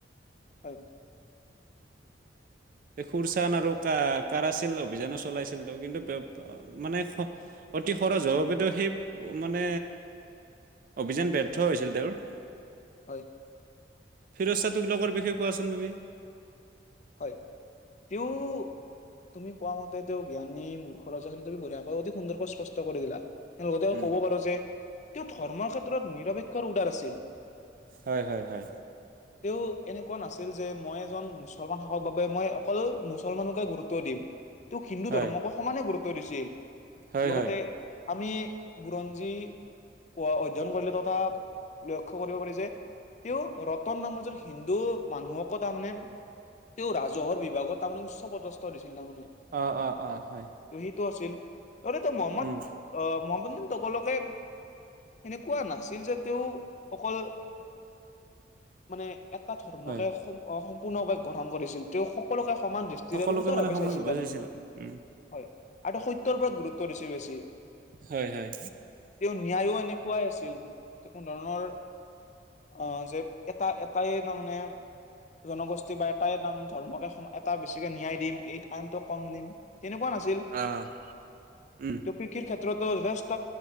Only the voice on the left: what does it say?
হয়।
হয়।
হয় তেওঁ তুমি কোৱা মতে তেওঁ জ্ঞানী মূৰ <unintelligible> ক অতি সুন্দৰকৈ স্পষ্ট কৰি দিলা তেওঁ লগতে
ক'ব পাৰো যে তেওঁ ধৰ্মৰ ক্ষেত্ৰত নিৰপেক্ষৰ উদাৰ আছিল।
তেওঁ এনেকুৱা নাছিল যে মই এজন মুছ মুছলমান শাসক বাবে মই অকল মুছলমানকে গুৰুত্ব দিম তোক হিন্দু
ধৰ্মকো সমানে গুৰুত্ব দিছিল
লগতে
আমি বুৰঞ্জী পোৱা অধ্যয়ন কৰিলে তথা লক্ষ্য কৰিব পাৰি যে তেওঁ ৰতন নামৰ এজন হিন্দু মানুহকো তাৰমানে তেওঁ ৰাজহৰ বিভাগত তাৰমানে উচ্চ পদস্থ দিছিল তাৰমানে।
ত সেইটো আছিল তৰে ত মহম্মদ
আহ মহম্মদ তগলকে এনেকুৱা নাছিল যে তেওঁ অকল মানে এটা ধৰ্মকে
সম সম্পূৰ্ণৰপে গ্ৰহণ কৰিছিল তেওঁ সকলোকে সমান দৃষ্টিৰে
আৰু উদাৰভাৱে
চাইছিল তাৰমান,
হয়। এটা সত্যৰ ওপৰত গুৰুত্ব দিছে বেছি।
তেওঁ ন্যায়ো এনেকুৱাই আছিল য কোনো ধৰণৰ। অ যে এটা এটাই তাৰ মানে। জনগোষ্ঠী বা এটাই এটা মানে ধৰ্মকে এটা বেছিকে ন্যায় দিম এই আইনতটো কম দিম তেনেকুৱা নাছিল।
<unintelligible> কিৰ ক্ষেত্ৰতো যথেষ্ট